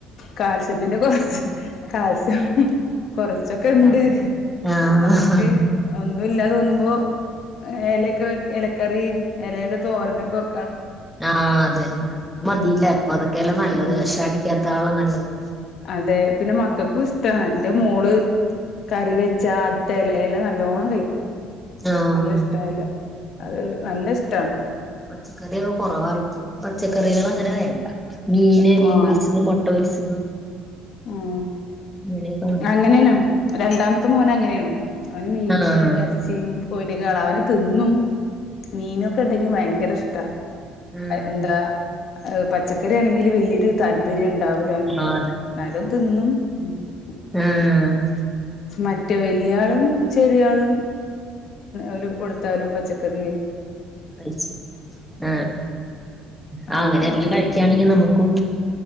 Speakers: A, on the left; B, in the centre.
A: കാൽസ്യത്തിന്റെ കുറച്ച് കാൽശ്യം കൊറച്ചൊക്കെ
B: ഉണ്ടാവണ്ട്
A: ണ്ട്
B: ആഹ്
A: നമുക്ക് ഒ ന്നുല്ലാ തോന്നുമ്പോ ഇലയൊക്കെ ഇലക്കറി ഇലയുടെ തോരനൊക്കെ വേ
B: ആഹ അതന്നെ അ മതിയില്ല
A: ഉം
B: അപ്പൊ അതൊക്കെല്ലാം നല്ലത്
A: ഉം
B: വിഷം അടിക്കാത്താണ് നല്ലത്
A: അതെ പിന്നെ മക്കൾക്കും ഇഷ്ടാണ് എന്റെ മോള് കറി വെച്ചാ അത്തല ഇല നല്ലോണം കഴിക്കും
B: ആഹ്
A: നല്ല ഇഷ്ട എല്ല അത് നല്ല ഇഷ്ടണ്
B: പച്ചക്കറൊക്കെ കുറവാ പച്ചക്കറികൾ അങ്ങനെ വേണ്ട മീന് മീൻ
A: ആഹ്
B: പൊരിച്ചത് മുട്ട പൊരിച്ചത്
A: ഉം
B: അങ്ങനെയൊക്കെ മതി
A: അങ്ങനെയാണ് രണ്ടാമത്തെ മോന അങ്ങനെയാണ് അവന് മീനും
B: ആഹ്
A: ഇറച്ചിയും <unintelligible> തിന്നും മീനൊക്കെ ഇണ്ടെങ്കി ഭയങ്കര ഇഷ്ട
B: ആഹ്
A: എന്താ പച്ചക്കറി ആണെങ്കില് വലിയൊരു താല്പര്യം ഉണ്ടാവല ഓൻ
B: ആഹ്
A: എന്നാലും തിന്നും ഉ
B: ആഹ
A: മറ്റേ വലിയാളും ചെറിയളും ഒരു കൊടുത്താലും പച്ചക്കറി
B: കഴിച്ചു ആഹ ആ
A: ആഹ്
B: അങ്ങനെ എല്ലാം
A: അവന്
B: കഴിക്കയാണെങ്കി നമുക്കും